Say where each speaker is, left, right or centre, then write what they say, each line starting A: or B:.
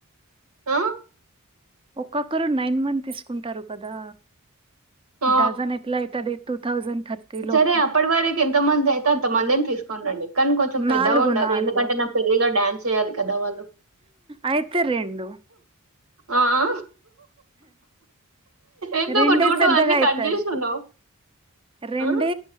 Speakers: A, on the right; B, on the right.
A: ఆ
B: ఒక్కొక్కరు నైన్ మంత్ తీసుకుంటారు కదా
A: ఆ!
B: డజన్ ఎట్ల అయితది టూ థౌజండ్ థర్టీ లోపు
A: సరే అప్పడవరకి ఎంత మంద్ అయితే అంత మందిన్ తీసు అవునండి కానీ కొంచెం పెద్దగ
B: నాలుగు
A: ఉండాలి.
B: నాలుగు
A: ఎందుకంటే నా పెళ్లిలో డాన్స్ చేయాలి కదా వాళ్ళు.
B: అయితే రెండు
A: ఆ! ఆ! ఎందుకు
B: రెండే పెద్దగా
A: అన్ని
B: అయితది
A: కట్ చేస్తున్నావు?
B: రెండే
A: ఆ!